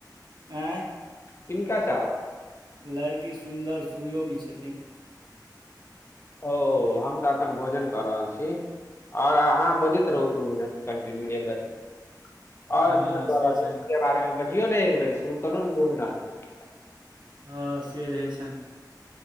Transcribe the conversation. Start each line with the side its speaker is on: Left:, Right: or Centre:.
Right: ऐं
Left: किनका साथ।
Right: लड़की सुन्दर-सुयोग्य छथिन।
Left: ओ हम तऽ एखन भोजन कऽ रहल छी, आओर अहाँ बजैत रहू दू मिनट कन्टिन्यू एकरती। आओर
Right: हँ
Left: की सब
Right: से
Left: क रहल
Right: छनि
Left: छै, बारे में बजियौ ने एक बेर। शुरू कऽ दियौने दू मिनट।
Right: हँ से रहै छनि,